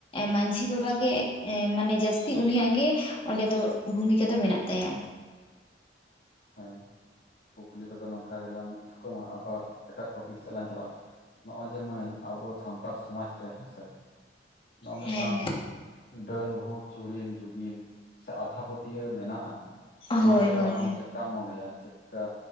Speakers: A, on the left; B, on the left.
A: ᱢᱟᱹᱡᱷᱤ ᱵᱟᱵᱟ ᱜᱮ ᱢᱟᱱᱮ ᱡᱟᱹᱥᱛᱤ ᱩᱱᱤᱭᱟᱜ ᱜᱮ ᱚᱸᱰᱮ ᱫᱚ ᱵᱷᱩᱢᱤᱠᱟ ᱫᱚ ᱢᱮᱱᱟᱜ ᱛᱟᱭᱟ
B: ᱦᱮᱸ ᱠᱩᱠᱞᱤ ᱠᱚᱫᱚ ᱱᱚᱝᱠᱟ ᱜᱮᱞᱟᱝ ᱛᱷᱩᱠᱟᱹᱢᱟ ᱟᱵᱟᱨ ᱮᱴᱟᱜ ᱴᱚᱯᱤᱠ ᱥᱮᱫ ᱞᱟᱝ ᱪᱟᱞᱟᱜ-ᱟ ᱱᱚᱜ-ᱚᱭ ᱡᱮ ᱢᱟᱹᱭ ᱟᱵᱚ ᱥᱟᱱᱛᱟᱲ ᱥᱚᱢᱟᱡᱽ ᱨᱮ ᱦᱮᱸ ᱥᱮ ᱱᱚᱜ-ᱚᱭ ᱢᱤᱫᱴᱟᱝ
A: ᱦᱮᱸ ᱦᱮᱸ
B: ᱰᱟᱹᱱ ᱵᱷᱩᱛ ᱪᱩᱲᱤᱱ ᱡᱩᱜᱤᱱ ᱥᱮ ᱟᱸᱫᱷᱟ ᱯᱟᱹᱛᱭᱟᱹᱣ ᱢᱮᱱᱟᱜ-ᱟ ᱱᱚᱶᱟ
A: ᱦᱳᱭ
B: ᱠᱚ
A: ᱦᱳᱭ
B: ᱫᱚ ᱟᱢ ᱪᱮᱫ ᱠᱟᱢ ᱢᱚᱱᱮᱭᱟ ᱪᱮᱫ ᱠᱟ